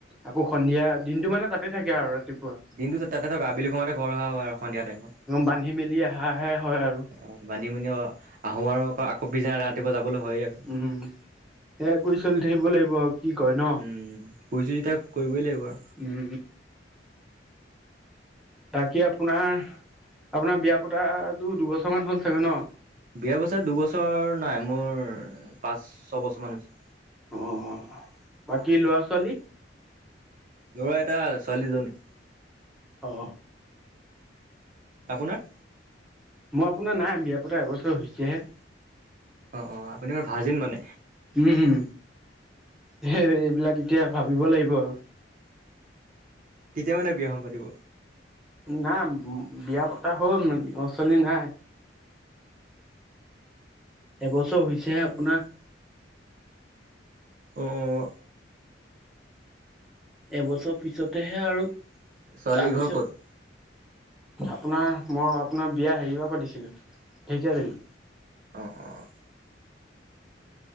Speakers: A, in the centre; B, on the right (about 50°).
A: আকৌ সন্ধিয়া দিনটো মানে তাতে থাকে আৰু ৰাতিপুৱা।
B: দিনটো তাতে থাকো আবেলি সময়ত হে ঘৰ অহা হয় সন্ধিয়া টাইমত।
A: বান্ধি মেলি আহাহে হয় আৰু
B: অ বান্ধি-বোন্ধি অ আহো আৰু আকৌ পিছদিনা ৰাত তিপুৱা যাবলৈ হয়ে আক।
A: উম সেয়া কৰি চলি থাকিব লাগিব আৰু কি কয় ন?
B: উম পুৰি চুৰি এতিয়া কৰিবই লাগিব আৰু
A: উম। বাকী আপোনাৰ আপোনাৰ বিয়া পতাটো দুবছৰ মান হ'ল চাগৈ ন?
B: বিয়াপতা দুবছৰ নাই মোৰ পাঁচ, ছবছৰ মান হৈছে।
A: অ বাকী ল'ৰা-ছোৱালী?
B: লৰা এটা ছোৱালী দুজনী।
A: অ।
B: আপোনাৰ?
A: মই আপোনাৰ নাই বিয়া পতা এবছৰ হৈছেহে।
B: অ', অ', আপুনি মোৰ ভাৰ্জিন মানে
A: উম। সেই এইবিলাক এতিয়া ভাবিব লাগিব আৰু।
B: কেতিয়া মানে বিয়াখন পাতিব?
A: নাই বিয়া পতা হ'ল ল'ৰা ছোৱালী নাই এবছৰ হৈছেহে আপোনাৰ
B: অহ
A: এবছৰ পিছতেহে আৰু
B: ছোৱালী
A: তাৰপিছত
B: ঘৰ ক'ত
A: আপোনাৰ মই আপোনাৰ বিয়া হেৰি পৰা পাতিছিলো ঢেকিয়াজুলী
B: অহ‌ অ